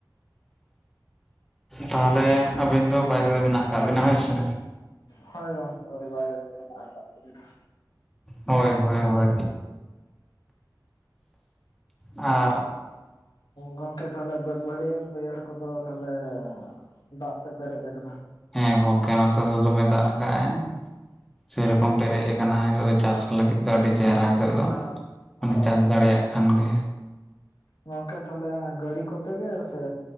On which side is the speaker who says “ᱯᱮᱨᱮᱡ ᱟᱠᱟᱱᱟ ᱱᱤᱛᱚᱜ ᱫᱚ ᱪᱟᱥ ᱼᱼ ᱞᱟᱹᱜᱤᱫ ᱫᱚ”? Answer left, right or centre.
Centre